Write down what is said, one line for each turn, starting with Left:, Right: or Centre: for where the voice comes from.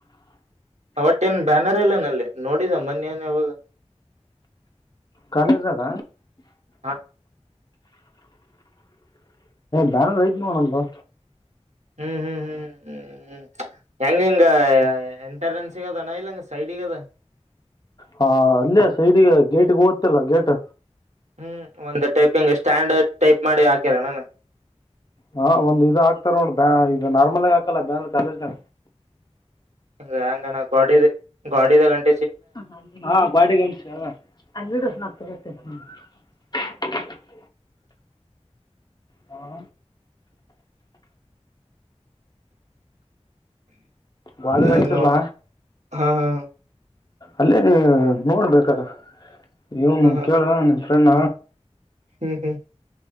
Right: ಒಟ್ಟೇನ್ ಬ್ಯಾನರ್ ಎಲ್ಲ ನಲ್ಲಿ ನೋಡಿದ ಮೊನ್ನ ನ್ ಯಾವಾಗ
Left: ಕಾಲೇಜ್ ಜಾಗ
Right: ಹ
Left: ಬ್ಯಾನರ್ ಐತ್ ನೋಡೋಣ ನಂದು
Right: ಹ್ಮ್ ಹ್ಮ್ ಹ್ಮ್ ಹ್ಮ್ ಹೆಂಗ ಹಿಂಗ ಎಂಟ್ರನ್ಸಗ ಅದಣ್ಣ ಇಲ್ಲ ಹಂಗ ಸೈಡ್ಗ ಅದ
Left: ಹಾ ಅಲ್ಲೇ ಸೈಡ್ಗೆ ಗೇಟಿಗೆ ಹಓತ್ತಲ್ಲ ಗೇಟ್
Right: ಹ್ಮ್ ಒಂದು ಟೈಪಿಂಗ್ ಸ್ಟ್ಯಾಂಡರ್ಡ್ ಟೈಪ್ ಮಾಡಿ ಹಾಕ್ಯರಣಾನ
Left: ಹಾ ಒಂದ್ ಇದ ಹಾಕ್ತಾರ ಬ ಇ ನಾರ್ಮಲ್ ಆಗ ಹಾಕಲ್ಲ ಬ್ಯಾನ್ ಕಾಲೇಜ್ನ
Right: ಹ ಹಂಗಣ ಗಡ ಗಾಡಿದ ಗಂಟ
Left: ಹತ ಹ ಹಾ ಗಾಡಿ
Right: ನ
Left: ಗಂಟ್ಸಿಲ್ಲ
Right: ನ ಹಾ ಹಾ
Left: ಅಲ್ಲೇ ನೋಡ್ಬೇಕಾರ ವನು
Right: ಹಾ ಹಾ
Left: ಕೇಳ ನಿನ್ ಫ್ರೆಂಡ
Right: ಹ್ಮ್ ಹ್ಮ್